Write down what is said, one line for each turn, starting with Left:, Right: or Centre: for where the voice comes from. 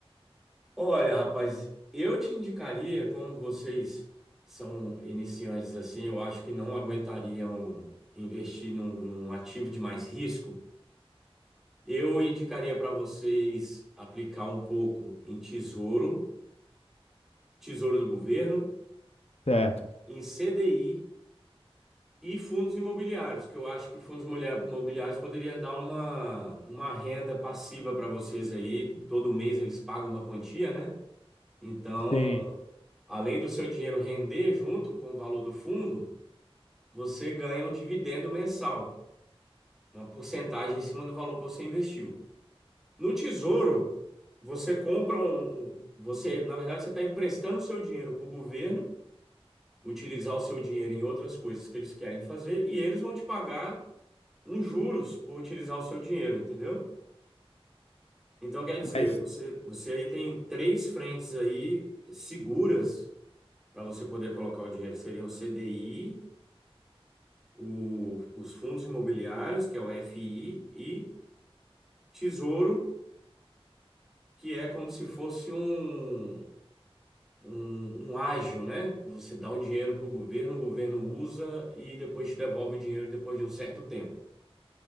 Centre: Olha, rapaz, eu te indicaria, como vocês são iniciantes assim, eu acho que não aguentariam investir num, num ativo de mais risco. Eu indicaria para vocês aplicar um pouco em tesouro, tesouro do governo,
Left: Certo.
Centre: em CDI E fundos imobiliários, que eu acho que fundos mulher- imobiliários poderia dar uma, uma renda passiva para vocês aí. Todo mês eles pagam uma quantia, né? Então,
Left: Sim,
Centre: além do seu dinheiro render junto com o valor do fundo, você ganha um dividendo mensal, uma porcentagem em cima do valor que você investiu. No Tesouro, você compra um, um- você, na verdade, você está emprestando o seu dinheiro para o governo utilizar o seu dinheiro em outras coisas que eles querem fazer e eles vão te pagar uns juros por utilizar o seu dinheiro, entendeu? Então, quer dizer,
Left: mas,
Centre: você, você aí tem três frentes aí seguras para você poder colocar o dinheiro. Seriam o CDI, o- os fundos imobiliários, que é o FI, e Tesouro, que é como se fosse um, um, um ágio, né? Você dá o dinheiro para o governo, o governo usa e depois te devolve o dinheiro depois de um certo tempo.